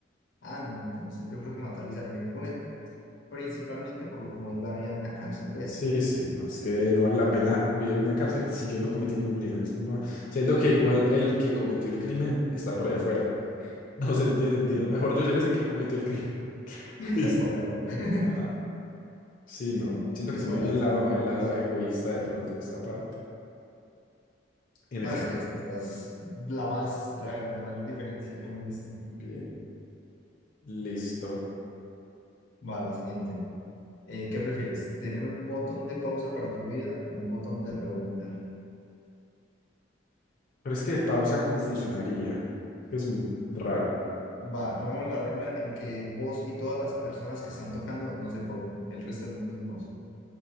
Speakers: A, on the left; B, on the left.
A: Ah, no, entonces yo creo que matar es algo impune, principalmente por lo como es la vida en una cárcel, pues.
B: Sí, sí, no, es que no vale la pena vivir en la cárcel si yo no cometí ningún crimen. Buah, Siendo que
A: eh,
B: igual el que cometió el crimen está por allá afuera. <laughs> No sé, no tiene sentido.
A: Y
B: Mejor yo ser ese que cometió el crimen.
A: y
B: <laughs>
A: estar por allá afuera. <laughs>
B: Ajá. Sí,
A: Sí,
B: no.
A: sí,
B: Siento
A: y que
B: que se
A: matar
B: me viene el
A: es
B: lado,
A: algo impune.
B: el lado
A: es-
B: egoísta de pronto en esta parte. En
A: No,
B: efecto.
A: es que, es que esta es la más, la de mayor diferencia que hemos visto.
B: Bien, listo.
A: Va, la siguiente. Eh, ¿qué prefieres? ¿Tener un botón de pausa para tu vida o un botón de rebobinar?
B: Pero es que pausa, ¿cómo funcionaría? Que Es muy raro.
A: Va, pongamos la regla en que vos y todas las personas que están tocando no se pausen, el resto del mundo se pausa.